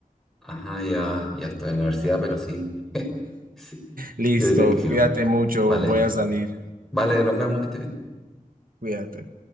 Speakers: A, in the centre; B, on the right (about 80°).
A: Ajá, ya, ya estoy en la universidad, pero sí, <laughs> sí,
B: Listo,
A: yo diría que sirve.
B: cuídate mucho,
A: Vale,
B: voy a salir.
A: vale, nos vemos, que esté bien.
B: Cuídate.